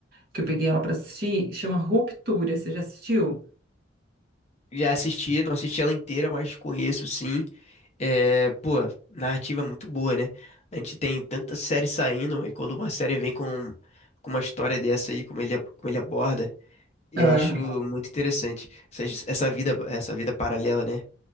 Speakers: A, on the right (about 50°); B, on the left (about 35°).
A: que eu peguei ela pra assistir, chama Ruptura. Você já assistiu?
B: Já assisti, não assisti ela inteira, mas conheço sim. É, pô, narrativa é muito boa, né? A gente tem tanta série saindo, e quando uma série vem com, com uma história dessa aí, como ele, como ele aborda, Eu
A: Ah,
B: acho muito interessante essa, essa vida, essa vida paralela, né?